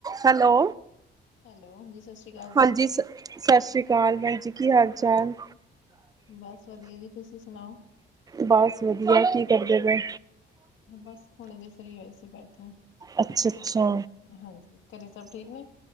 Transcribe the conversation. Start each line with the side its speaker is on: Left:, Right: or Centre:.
Right: Hello
Left: hello ਹਾਂਜੀ ਸਤਿ ਸ਼੍ਰੀ ਅਕਾਲ ਜੀ
Right: ਹਾਂਜੀ ਸ ਸਤਿ ਸ਼੍ਰੀ ਅਕਾਲ ਭੈਣ ਜੀ ਕੀ ਹਾਲ ਚਾਲ
Left: ਬਸ ਵਧੀਆ ਜੀ ਤੁਸੀਂ ਸੁਣਾਓ
Right: ਬਸ ਵਧੀਆ ਕੀ ਕਰਦੇ ਪਏ
Left: ਬਸ ਹੁਣੇ ਜੇ ਫਰੀ ਹੋਏ ਸੀ ਬੈਠੇ ਹਾਂ
Right: ਅੱਛਾ ਅੱਛਾ
Left: ਹਾਂਜੀ ਘਰੇ ਸਭ ਠੀਕ ਨੇ